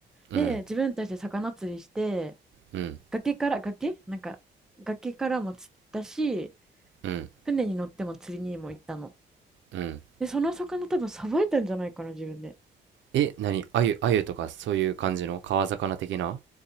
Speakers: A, on the right (about 70°); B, in the centre.
A: うん、
B: で自分たちで魚釣りして
A: うん、
B: 崖から崖なんか崖からも釣ったし
A: うん、
B: 船に乗っても釣りにも行ったの。
A: うん。
B: で、その魚多分さばいたんじゃないかな、自分で。
A: え、何あゆ、あゆとかそういう感じの川魚的な